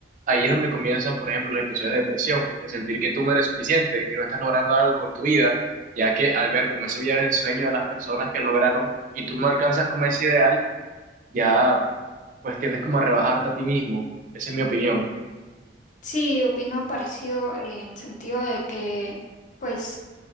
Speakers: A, on the right; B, on the left.
A: ahí es donde comienzan, por ejemplo, los episodios de depresión, de sentir que tú no eres suficiente, que no estás logrando algo con tu vida, ya que al ver como ese vida de sueño de las personas que lograron y tú no alcanzas como ese ideal, ya pues tiendes como a rebajarte a ti mismo. Esa es mi opinión.
B: Sí, opino parecido en sentido de que... Pues